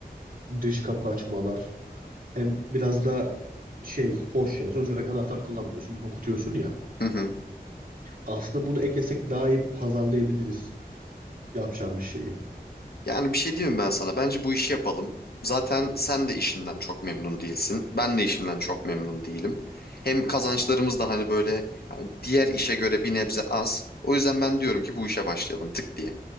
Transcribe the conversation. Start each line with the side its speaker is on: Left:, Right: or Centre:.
Right: dış kapı açmalar. Hem biraz da şey hoş yani. Sonuç olarak anahtar kullanmıyorsun, okutuyorsun ya.
Left: Hı hı.
Right: Aslında bunu eklesek daha iyi pazarlayabiliriz yapacağımız şeyi.
Left: Yani bir şey diyeyim mi ben sana? Bence bu işi yapalım. Zaten sen de işinden çok memnun değilsin. Ben de işimden çok memnun değilim. Hem kazançlarımız da hani böyle yani diğer işe göre bir nebze az. O yüzden ben diyorum ki bu işe başlayalım tık diye.